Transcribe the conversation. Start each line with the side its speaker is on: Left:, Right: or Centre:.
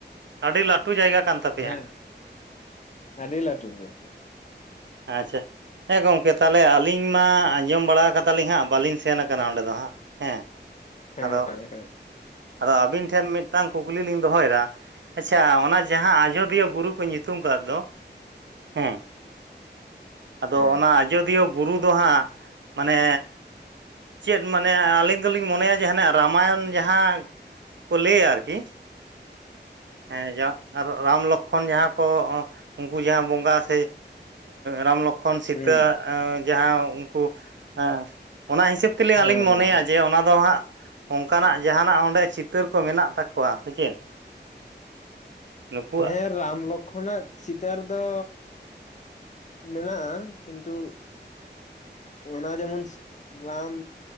Right: ᱟᱹᱰᱤ ᱞᱟᱹᱴᱩ ᱡᱟᱭᱜᱟ ᱠᱟᱱ ᱛᱟᱯᱮᱭᱟ᱾
Left: ᱦᱮᱸ ᱟᱹᱰᱤ ᱞᱟᱹᱴᱩ ᱜᱮ
Right: ᱟᱪᱪᱷᱟ ᱦᱮᱸ ᱜᱚᱝᱠᱮ ᱛᱟᱦᱚᱞᱮ ᱟᱹᱞᱤᱧ ᱢᱟ ᱟᱸᱡᱚᱢ ᱵᱟᱲᱟ ᱠᱟᱫᱟᱞᱤᱧ ᱦᱟᱸᱜ ᱵᱟᱹᱞᱤᱧ ᱥᱮᱱ ᱠᱟᱱᱟ ᱚᱸᱰᱮ ᱫᱚ ᱦᱟᱸᱜ ᱦᱮᱸ
Left: ᱦᱮᱸ
Right: ᱟᱫᱚ
Left: ᱦᱮᱸ ᱦᱮᱸ
Right: ᱟᱫᱚ ᱟᱵᱤᱱ ᱴᱷᱮᱱ ᱢᱤᱫᱴᱟᱝ ᱠᱩᱠᱞᱤ ᱞᱤᱧ ᱫᱚᱦᱚᱭᱫᱟ ᱟᱪᱪᱷᱟ ᱚᱱᱟ ᱡᱟᱸᱦᱟ ᱟᱡᱚᱫᱤᱭᱟᱹ ᱵᱩᱨᱩ ᱠᱚ ᱧᱩᱛᱩᱢ ᱧᱩᱛᱩᱢ ᱠᱟᱫᱽ ᱫᱚ ᱦᱮᱸ ᱟᱫᱚ
Left: ᱦᱮᱸ
Right: ᱚᱱᱟ ᱟᱡ ᱟᱡᱚᱫᱤᱭᱟᱹ ᱵᱩᱨᱩ ᱫᱚ ᱦᱟᱸᱜ ᱢᱟᱱᱮ ᱪᱮᱫ ᱢᱟᱱᱮ ᱟᱹᱞᱤᱧ ᱫᱚᱞᱤᱧ ᱢᱚᱱᱮᱭᱟ ᱡᱮ ᱨᱟᱢᱟᱭᱚᱱ ᱡᱟᱸᱦᱟ ᱠᱚ ᱞᱟᱹᱭᱟ ᱟᱨᱠᱤ ᱦᱮᱸ ᱡᱟ ᱨᱟᱢ ᱞᱚᱠᱷᱚᱱ ᱠᱷᱚᱱ ᱡᱟᱸᱦᱟ ᱠᱚ ᱩᱱᱠᱩ ᱡᱟᱸᱦᱟ ᱵᱚᱸᱜᱟ ᱥᱮ ᱨᱟᱢ ᱞᱚᱠ ᱠᱷᱚᱱ ᱥᱤᱛᱟᱹ
Left: ᱦᱮᱸ
Right: ᱡᱟᱸᱦᱟ ᱩᱱᱠᱩ ᱦᱮᱸ ᱚᱱᱟ ᱦᱤᱥᱟᱹᱵᱽ ᱛᱮᱞᱤᱧ
Left: ᱦᱮᱸ
Right: ᱟᱞᱤᱧ ᱢᱚᱱᱮᱭᱟ
Left: ᱦᱮᱸ
Right: ᱡᱮ ᱚᱱᱟ ᱫᱚ ᱦᱟᱸᱜ ᱚᱱᱠᱟᱱᱟᱜ ᱡᱟᱦᱟᱱᱟᱜ ᱚᱸᱰᱮ ᱪᱤᱛᱟᱹᱨ ᱠᱚ ᱢᱮᱱᱟᱜ ᱛᱟᱠᱚᱣᱟ ᱥᱮ ᱪᱮᱫ? ᱱᱩᱠᱩᱣᱟᱜ
Left: ᱦᱮᱸ ᱨᱟᱢ ᱞᱚᱠᱷᱚᱱᱟᱜ ᱪᱤᱛᱟᱹᱨ ᱫᱚ ᱢᱮᱱᱟᱜᱼᱟ ᱠᱤᱱᱛᱩ ᱚᱱᱟ ᱡᱮᱢᱚᱱ ᱨᱟᱢ